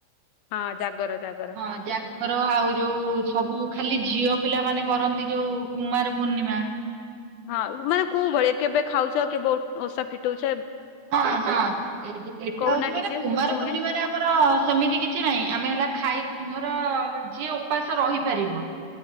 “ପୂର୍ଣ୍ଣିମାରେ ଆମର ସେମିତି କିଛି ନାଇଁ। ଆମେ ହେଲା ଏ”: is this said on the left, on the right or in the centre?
Right